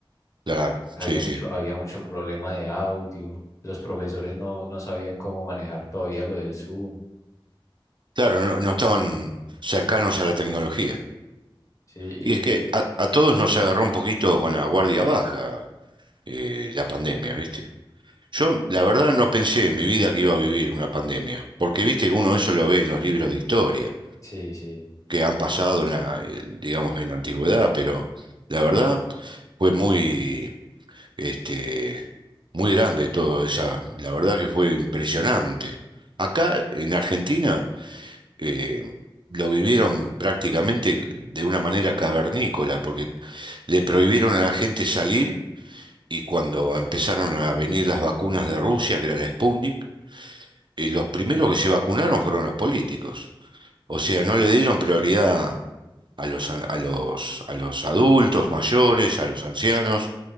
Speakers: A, on the right; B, on the left.
A: Claro,
B: Había
A: sí,
B: mucho,
A: sí.
B: había mucho problema de audio, los profesores no, no sabían cómo manejar todavía lo del Zoom.
A: Claro, no, no estaban cercanos a la tecnología.
B: Sí,
A: Y es que a, a todos nos agarró un poquito con la guardia baja eh, la pandemia, ¿viste? Yo, la verdad, no pensé en mi vida que iba a vivir una pandemia, porque viste que uno eso lo ve en los libros de historia,
B: Sí, sí.
A: que han pasado en la, eh, digamos, en la antigüedad, pero la verdad fue muy Este, muy grande todo, esa, la verdad que fue impresionante. Acá en Argentina eh, lo vivieron prácticamente de una manera cavernícola, porque le prohibieron a la gente salir y cuando empezaron a venir las vacunas de Rusia, que era la Sputnik, eh, los primeros que se vacunaron fueron los políticos. O sea, no le dieron prioridad a los, an- a los, a los adultos mayores, a los ancianos,